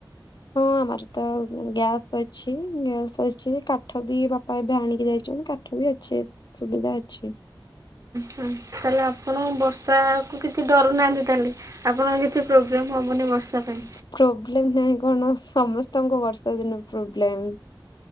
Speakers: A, on the left; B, on the right.
A: ହଁ ଆମର ତ ଗ୍ୟାସ୍ ଅଛି ଗ୍ୟାସ୍ ଅଛି କାଠ ବି ବାପା ଏବେ ଆଣିକି ଯାଇଛନ୍ତି କାଠ କାଠବି ଅଛି ସୁବିଧା ଅଛି।
B: ତାହେଲେ ଆପଣ ବର୍ଷାକୁ କିଛି ଡରୁ ନାହାନ୍ତି ତାହେଲେ ଆପଣଙ୍କ କିଛି ପ୍ରୋବ୍ଲେମ୍ ହବନି ବର୍ଷା। ପାଇଁ
A: ପ୍ରୋବ୍ଲେମ ନାଇଁ କଣ ସମସ୍ତଙ୍କ ବର୍ଷା ଦିନ ପ୍ରୋବ୍ଲେମ୍।